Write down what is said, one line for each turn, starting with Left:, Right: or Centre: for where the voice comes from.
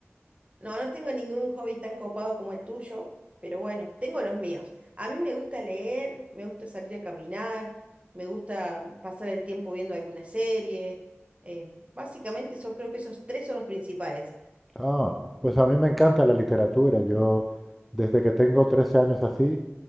Right: No, no tengo ningún hobby tan copado como el tuyo, pero bueno, tengo los míos. A mí me gusta leer, me gusta salir a caminar, me gusta pasar el tiempo viendo alguna serie. eh, básicamente, eso, creo que esos tres son los principales.
Centre: Ah, pues a mí me encanta la literatura. Yo, desde que tengo 13 años así,